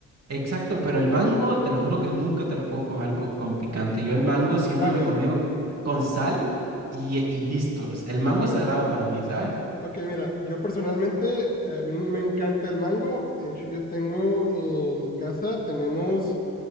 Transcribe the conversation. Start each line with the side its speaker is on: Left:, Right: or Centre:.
Right: Exacto, pero el mango, te lo juro que nunca te lo puedo comer con, con picante. Yo el mango
Left: Con-
Right: siempre
Left: A ver,
Right: lo he comido con sal y, y listo. El mango
Left: oh,
Right: es sagrado para mí, ¿sabes?
Left: ok, mira, yo personalmente, a mí me encanta el mango, de hecho yo tengo en mi casa, tenemos